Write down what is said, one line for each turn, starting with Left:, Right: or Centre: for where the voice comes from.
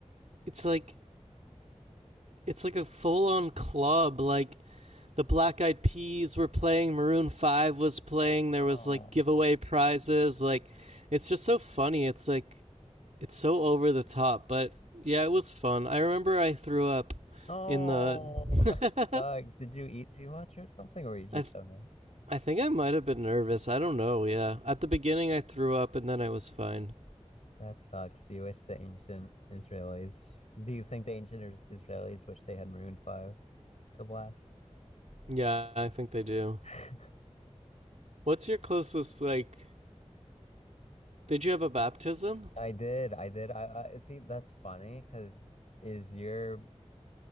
Right: it's like it's like a full on club. Like the Black Eyed Peas were playing, Maroon Five was playing. There
Left: Oh,
Right: was like giveaway prizes. Like it's just so funny. It's like it's so over the top, but yeah, it was fun. I remember I threw up
Left: Yeah. oh,
Right: in the.
Left: that sucks.
Right: <laughs>
Left: Did you eat too much or something, or were you just
Right: I th-
Left: so nervous?
Right: I think I might have been nervous. I don't know. Yeah, at the beginning I threw up and then I was fine.
Left: That sucks. Do you wish the ancient Israelis, do you think the ancient Is- Israelis wish they had Maroon 5 to blast?
Right: Yeah, I think they do.
Left: <laughs>
Right: What's your closest like? Did you have a baptism?
Left: I did. I did. I, I see. That's funny because is your